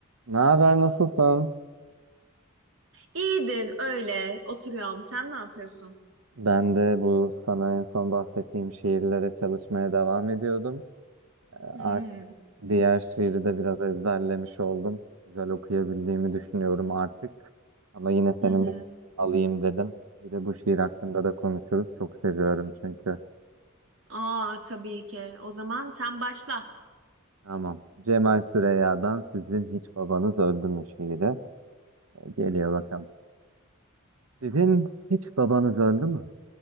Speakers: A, on the right (about 80°); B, on the right (about 60°).
A: Ne haber, nasılsın?
B: İyidir öyle oturuyorum. Sen ne yapıyorsun?
A: Ben de bu sana en son bahsettiğim şiirlere çalışmaya devam ediyordum. Ee,
B: Hmm.
A: Artık diğer şiiri de biraz ezberlemiş oldum. Güzel okuyabildiğimi düşünüyorum artık. Ama yine senin
B: Hı hı.
A: de alayım dedim. Bir de bu şiir hakkında da konuşuruz. Çok seviyorum çünkü.
B: Aa tabii ki. O zaman sen başla.
A: Tamam. Cemal Süreyya'dan Sizin Hiç Babanız Öldü mü şiiri. Ee, Geliyor bakalım. Sizin hiç babanız öldü mü?